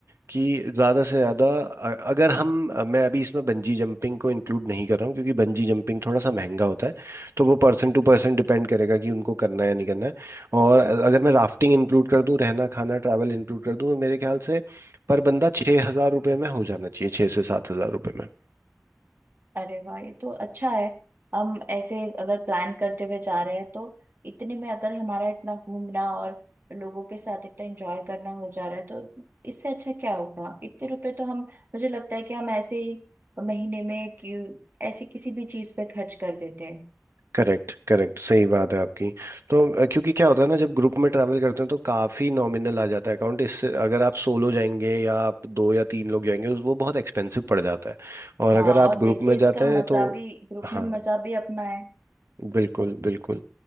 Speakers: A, on the right (about 65°); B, on the right (about 45°).
A: कि ज़्यादा से ज़्यादा अ- अगर हम अ, मैं अभी इसमें बंजी जंपिंग को इंक्लूड नहीं कर रहा हूँ क्योंकि बंजी जंपिंग थोड़ा सा महंगा होता है तो वो पर्सन टू पर्सन डिपेंड करेगा कि उनको करना है या नहीं करना है और अ- अगर मैं राफ्टिंग इंक्लूड कर दूँ रहना खाना ट्रैवल इंक्लूड कर दूँ तो मेरे ख्याल से पर बंदा छः हज़ार रुपये में हो जाना चाहिए छः से सात हज़ार रुपये में।
B: अरे वाह ये तो अच्छा है हम ऐसे अगर प्लान करते हुए जा रहे हैं तो इतने में अगर हमारा इतना घूमना और लोगों के साथ इतना एंजॉय करना हो जा रहा है तो इससे अच्छा क्या होगा इतने रुपए तो हम मुझे लगता है कि हम ऐसे ही महीने में कि ऐसे किसी भी चीज पे खर्च कर देते हैं
A: करेक्ट करेक्ट सही बात है आपकी तो अ, क्योंकि क्या होता है ना जब ग्रुप में ट्रैवल करते हैं तो काफ़ी नॉमिनल आ जाता है अकाउंट इससे अगर आप सोलो जाएंगे या आप दो या तीन लोग जाएंगे उस वो बहुत एक्सपेंसिव पड़ जाता है और
B: हाँ
A: अगर आप
B: और देखिए
A: ग्रुप में
B: इसका
A: जाते
B: मजा
A: हैं तो
B: भी ग्रुप
A: हाँ
B: में मजा भी अपना है
A: बिल्कुल बिल्कुल